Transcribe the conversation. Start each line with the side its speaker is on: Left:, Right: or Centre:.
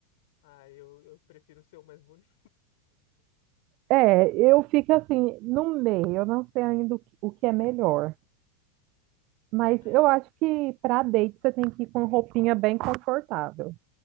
Left: Ah, eu, eu prefiro ser o mais bonito.
Right: É, eu fico assim, no meio, eu não sei ainda o que, o que é melhor. Mas
Left: É,
Right: eu acho que para date você tem que ir com roupinha bem confortável.